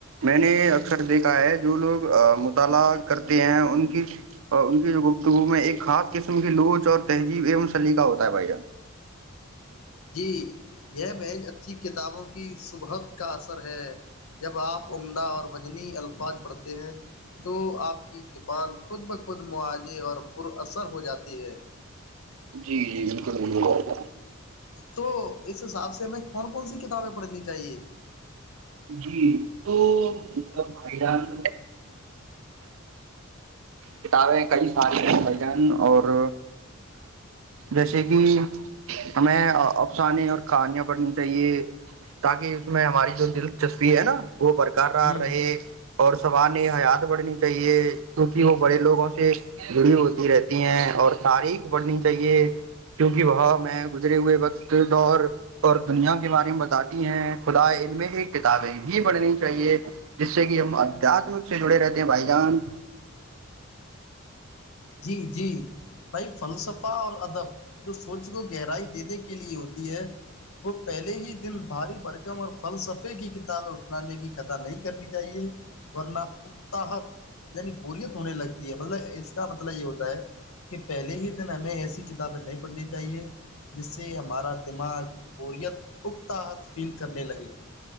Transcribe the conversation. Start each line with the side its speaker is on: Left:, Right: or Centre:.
Right: میں نے اکثر دیکھا ہے جو لوگ مطالعہ کرتے ہیں ان کی ان کی جو گفتگو میں ایک خاص قسم کی لوچ اور تہذیب ایوم سلیقہ ہوتا ہے بھیا
Left: جی یہ میز اچھی کتابوں کی صبحت کا اثر ہے جب آپ عمدہ اور بجنی الفاظ پڑھتے ہیں تو آپ کی زبان خود بخود مواضع اور پر اثر ہو جاتی ہے
Right: جی جی بالکل بالک
Left: تو اس حساب ہمیں کون کون سی کتابیں پڑھنی چاہیے
Right: جی تو بھائی جان کتابیں کئی سارے ہیں بھائی جان اور جیسے کہ ہمیں افسانے اور کہانیاں پڑھنی چاہیے تاکہ اس میں ہماری جو دل جسپی ہے نا وہ برقرار
Left: ہوں
Right: رہے اور سوارح حیات بڑھنی چاہیے کیوںکہ وہ بڑے لوگوں سے جڑی ہوتی رہتی ہیں اور تاریخ پڑھنی چاہیے کیوںکہ وہ میں گزرے ہوئے وقت دور اور دنیا کے بارے میں بتاتی ہیں خدا ع میں ہی کتابیں بھی پڑھنی چاہیے جس سے کہ ہم ادھیاتمک سے جڑے رہتے ہیں بھائی جان
Left: جی جی بھائی فلسف اور ادب جو سوچ کو گہرائی دینے کی لیے ہوتی ہے وہ پہلے ہی دن بھاری برکم اور فلسفے کی اٹھنانے کی کتا نہیں کرنی چاہیے ورنہ اکتا یعنی بوریت ہونے لگ ج مطلب کا مطلب یہ ہوتا ہے کہ پہلے ہی دن ہمیں ایسی کتابیں نہیں پڑھنی چاہیے جس سے ہمارا دماغ بوریت اکتاحت فیل کرنے لگے